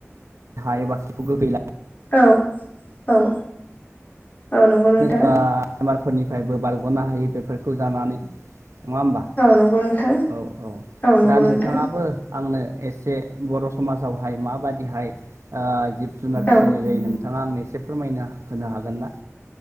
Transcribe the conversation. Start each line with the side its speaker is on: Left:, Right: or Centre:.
Right: हाय बाखि गै
Left: औ औ। औ नंगौ नोंथां
Right: बेमारफोरनिफ्रायबो बारग'नो हायो बेफोरखौ जानानै नङा होमबा औ
Left: नंगौ नोंथां
Right: औ
Left: औ नंगौ
Right: दा नोंथाङाबो
Left: नोंथां
Right: आंनो एसे बर' समाजावहाय माबादिहाय ओ जिब जुनार फिसिनाय
Left: औ
Right: जायो नोंथाङा आंनो एसे फोरमायनो होनो हागोनना